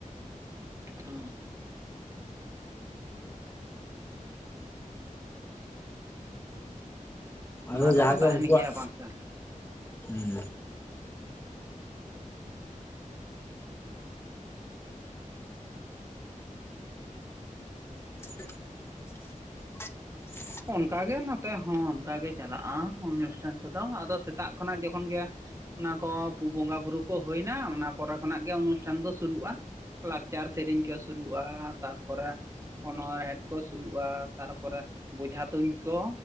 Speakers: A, on the right; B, on the left.
A: ᱦᱩᱸ᱾
B: ᱟᱫᱚ
A: ᱚᱱᱟ ᱠᱚᱫᱚ
B: ᱡᱟᱦᱟᱸ ᱜᱮ
A: ᱛᱟᱦᱮᱱ
B: ᱩᱱᱠᱩᱣᱟᱜ
A: ᱜᱮᱭᱟ ᱵᱟᱝ ᱛᱟᱦᱚᱞᱮ
B: ᱦᱮᱸ <inaudible>
A: ᱚᱱᱠᱟ ᱜᱮ ᱱᱚᱛᱮ ᱦᱚᱸ ᱚᱱᱠᱟ ᱜᱮ ᱪᱟᱞᱟᱜᱼᱟ, ᱚᱱᱩᱥᱴᱷᱟᱱ ᱠᱚᱫᱚ ᱥᱮᱛᱟᱜ ᱠᱷᱚᱱᱟᱜ ᱡᱚᱠᱷᱚᱱ ᱜᱮ, ᱚᱱᱟ ᱠᱚ ᱵᱚᱸᱜᱟ ᱵᱩᱨᱩ ᱠᱚ ᱦᱩᱭᱱᱟ᱾ ᱚᱱᱟ ᱯᱚᱨᱮ ᱠᱷᱚᱱᱟᱜ ᱚᱱᱩᱥᱴᱷᱟᱱ ᱫᱚ ᱥᱩᱨᱩᱼᱟ᱾ ᱞᱟᱠᱪᱟᱨ ᱥᱮᱨᱮᱧ ᱠᱚ ᱥᱩᱨᱩᱜᱼᱟ᱾ ᱛᱟᱨᱯᱚᱨᱮ ᱚᱱᱚᱬᱦᱮᱫ ᱠᱚ ᱥᱩᱨᱩᱼᱟ, ᱛᱟᱨᱯᱚᱨᱮ ᱵᱚᱡᱷᱟ ᱛᱩᱧ ᱠᱚ